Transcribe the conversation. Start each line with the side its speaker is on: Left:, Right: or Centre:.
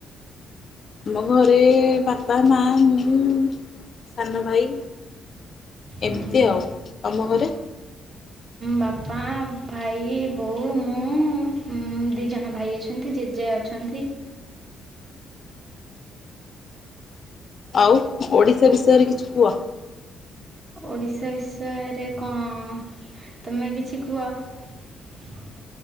Left: ଆମ ଘରେ ବାପା ମା ମୁଁ ସାନ ଭାଇ।
Right: ହୁଁ
Left: ଏମିତି
Right: ହୁଁ
Left: ଆଉ ତମ ଘରେ?
Right: ବାପା ଭାଇ ବୋଉ ମୁଁ ଦିଇ ଜଣ ଭାଇ ଅଛନ୍ତି ଜେଜେ ଅଛନ୍ତି।
Left: ଆଉ ଓଡ଼ିଶା ବିଷୟରେ କିଛି କୁହ।
Right: ଓଡ଼ିଶା ବିଷୟରେ କଣ ତମେ କିଛି କୁହ? ହ